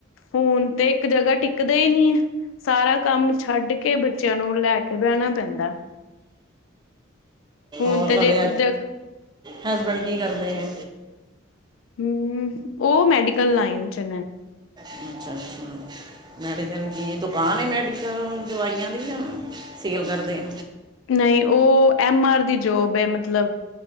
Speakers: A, on the left; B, on the right.
A: ਹੁਣ ਤੇ ਇੱਕ ਜਗ੍ਹਾ ਟਿਕਦੇ ਹੀ ਨੀ ਸਾਰਾ ਕੰਮ ਛੱਡ ਕੇ ਬੱਚੇ ਬੱਚਿਆਂ ਨੂੰ ਲੈ ਕੇ ਬਹਿਣਾ ਪੈਂਦਾ। ਹੁਣ
B: ਹੋਰ
A: ਤੇ
B: ਤੁਹਾਡੇ,
A: ਜੇ ਜ
B: ਹਸਬੈਂਡ ਕੀ ਕਰਦੇ ਐ
A: ਹੁਅ, ਉਹ ਮੈਡੀਕਲ ਲਾਈਨ 'ਚ' ਨੇਂ
B: ਅੱਛਾ-ਅੱਛਾ ਮੈਡੀਕਲ ਕੀ ਐ ਤੋ ਬਾਹਰ ਮੈਡੀਕਲ ਦਵਾਈਆਂ ਦੀ ਜਾਂ ਸੇਲ ਕਰਦੇ ਆ
A: ਨਹੀਂ ਉਹ ਐਮ, ਆਰ ਦੀ ਜੋਬ ਏ ਮਤਲਬ